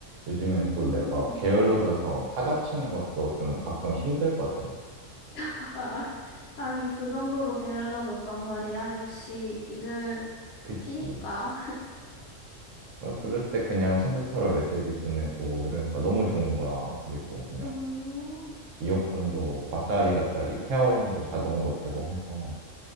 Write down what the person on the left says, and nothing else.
음.
아, 아. 아니, 그 정도로 게을러졌단 말이야. 역시 일을
쉬니까.
음,